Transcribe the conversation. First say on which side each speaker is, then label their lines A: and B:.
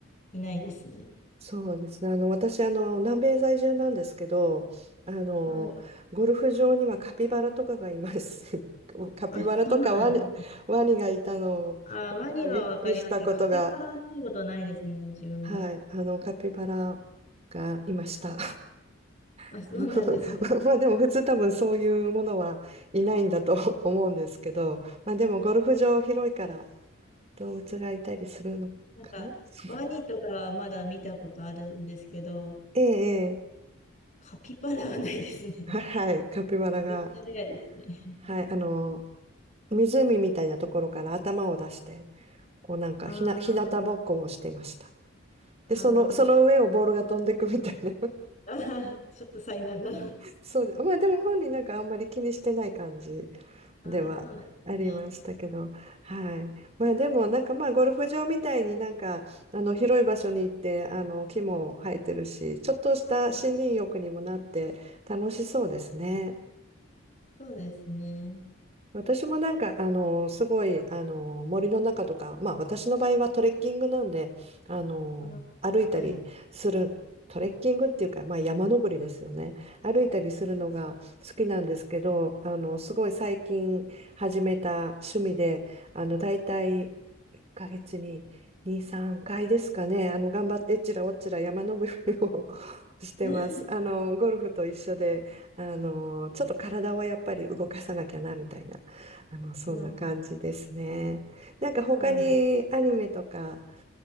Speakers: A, on the left; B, on the right.
A: いないですね。
B: そうですね。あの、私、あの、南米在住なんですけど、あの、
A: はい。
B: ゴルフ場にはカピバラとかがいます。<laughs> カピバラとかワニ、
A: あ、そうなんです。
B: ワニがいたのを
A: あ、ワニはわかりますけど、
B: びっくりしたことが、
A: カピバラは見たことないですね、自分は。
B: はい、あの、カピバラがいました。
A: あ、
B: <laughs>
A: そうなんですね。
B: まあ、まあでも普通多分そういうものはいないんだと <laughs> 思うんですけど、まあでもゴルフ場広いから動物がいたりするのかな。
A: なんか、
B: <laughs>
A: ワニとかはまだ見たことあるんですけど、
B: ええ、ええ
A: カピバラはないですね。
B: はい、カピバラが、
A: <laughs> レアですね。
B: はい、あの、湖みたいなところから頭を出して、こうなんかひな、
A: あ
B: ひなたぼっこをしていました。
A: ー、あー、
B: で、その、その上をボールが飛んでいくみたいな。
A: <laughs> あー、ちょっと災難だ。
B: <laughs> そうで、まあでも本人なんかあんまり気にしてない感じ
A: ああ、
B: ではありましたけど、
A: そうなんですね。
B: はい。まあでもなんかまあゴルフ場みたいになんかあの広い場所に行ってあの木も生えてるし、ちょっとした森林浴にもなって楽しそうですね。
A: そうですね。
B: 私もなんか、あの、すごい、あの、森の中とか、まあ私の場合はトレッキングなんで、あの、
A: あ、
B: 歩いたりする、
A: はい。
B: トレッキングっていうか、まあ山登りですよね。歩いたりするのが好きなんですけど、あの、すごい最近始めた趣味で、あの、大体1ヶ月に2、3回ですかね、あの、頑張ってえっちらおっちら山登りを <laughs> してます。
A: <laughs>
B: あの、ゴルフと一緒で、あの、ちょっと体をやっぱり動かさなきゃな、みたいな。あの、そんな感じですね。
A: うん、
B: なんか他にアニメとか、
A: そうなんです。